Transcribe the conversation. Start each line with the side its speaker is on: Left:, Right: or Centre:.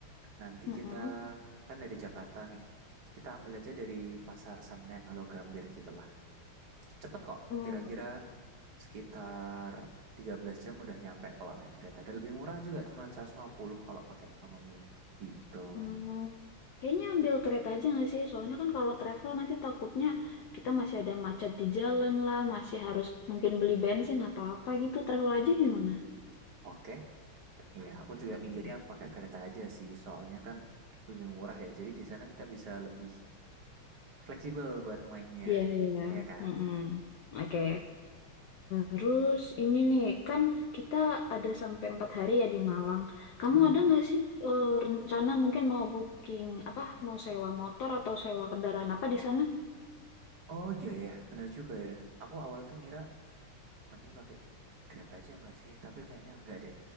Right: Nanti
Left: Mm-mm.
Right: kita kan dari Jakarta nih. Kita ambil aja dari Pasar Senen atau Gambir gitulah. Cepet kok.
Left: Hmm.
Right: Kira-kira sekitar 13 jam udah nyampe kalau naik kereta. Dan lebih murah juga cuma 150 kalau pakai ekonomi. Gitu.
Left: Hmm, kayaknya ambil kereta aja nggak sih? Soalnya kan kalau travel nanti takutnya kita masih ada macet di jalan lah, masih harus mungkin beli bensin atau apa gitu. Travel aja gimana?
Right: Oke. Iya, aku juga
Left: Oke,
Right: mikirnya pakai kereta aja sih, soalnya kan lebih murah ya. Jadi di sana kita bisa lebih fleksibel buat mainnya,
Left: Iya, iya.
Right: ya kan?
Left: Mm-mm. Oke,
Right: Mm-mm.
Left: terus ini nih, kan kita ada sampai empat hari ya di Malang. Kamu
Right: Mm-mm.
Left: ada nggak sih eh, rencana mungkin mau booking apa, mau sewa motor atau sewa kendaraan apa di sana?
Right: Oh iya ya, bener juga ya. Aku awal tuh ngira mending pakai Grab aja nggak sih? Tapi kayaknya enggak deh.